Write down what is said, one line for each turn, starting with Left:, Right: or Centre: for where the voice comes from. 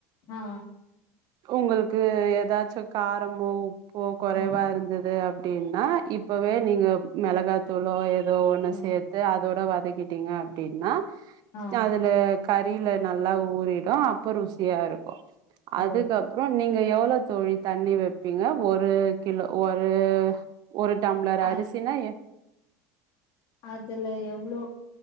Left: ஆ
Right: உங்களுக்கு ஏதாச்சு காரமோ போ கொறைவா
Left: ஆ
Right: இருந்துது அப் ப்டினா இப்பவே நீங்க மெளகாத்தூளோ ஏ தோ ஒண்ண
Left: ம்
Right: சேத்து அதோட வதக் கிட்டீங்க அப்டின்னா
Left: ஆ
Right: சா அதுல கறில நல்லா ஊறிடு அப்ப ருசியா இருக்கு
Left: ஓ
Right: அதுக்கப்றோ நீங்க எவ் ளோ தோழி தண்ணி வெப்பீங்க ஒரு கிலோ ஒரு ஒரு டம்ளர்
Left: அர்
Right: அரிசினா எ
Left: அதுல எவ்ளோ